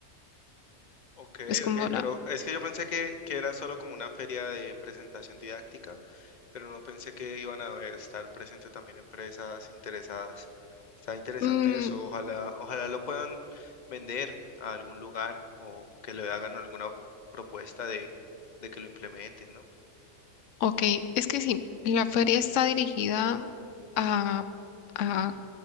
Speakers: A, on the left; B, on the left.
A: Ok,
B: Es como
A: ok,
B: la...
A: pero es que yo pensé que, que era solo como una feria de presentación didáctica, pero no pensé que iban a haber, estar presentes también empresas interesadas. Está interesante
B: Mm,
A: eso, ojalá, ojalá lo puedan vender a algún lugar o que le hagan alguna p- propuesta de, de que lo implementen, ¿no?
B: ok, es que sí, la feria está dirigida a, a